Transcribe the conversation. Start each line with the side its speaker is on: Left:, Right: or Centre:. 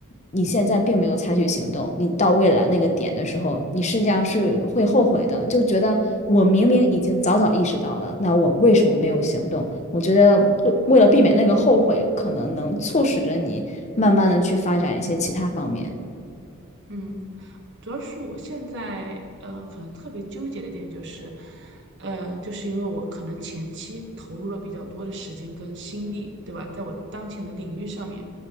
Left: 你现在并没有采取行动，你到未来那个点的时候，你实际上是会后悔的，就觉得我明明已经早早意识到了，那我为什么没有行动？我觉得为为了避免那个后悔，可能能促使着你慢慢的去发展一些其他方面。
Right: 嗯。主要是我现在，呃，可能特别纠结的点就是，呃，就是因为我可能前期投入了比较多的时间跟心力，对吧？在我当前的领域上面，